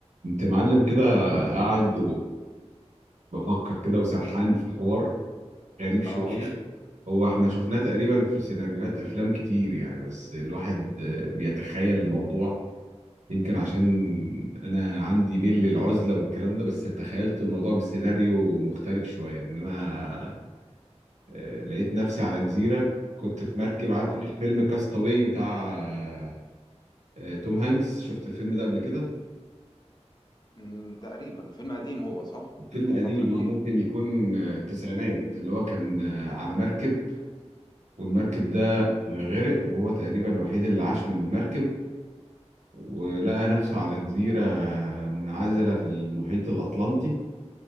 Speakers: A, on the right (about 85°); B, on the left (about 35°).
A: انت معلم كده قاعد وبفكر كده وسرحان في حوار غريب شوية
B: اه
A: هو احنا شفناه تقريبا في سيناريوهات افلام كتير يعني بس الواحد آه، بيتخيل الموضوع يمكن عشان انا عندي ميل للعزلة والكلام ده بس تخيلت الموضوع بسيناريو مختلف شوية ان انا آه، لقيت نفسي على جزيرة كنت في مركب عارف
B: اه
A: فيلم كاستاوي بتاع آه، توم هانكس شفت الفيلم ده قبل كده
B: أمم، تقريبا فيلم قديم هو صح
A: فيلم
B: من فترة
A: قديم
B: كبيرة
A: اه ممكن يكون آه، تسعينات اللي هو كان آه، على مركب والمركب ده
B: امم
A: آه، غرق وهو تقريبا الوحيد اللي عاش من المركب ولقى نفسه على جزيرة آه، منعزلة في المحيط الأطلنطي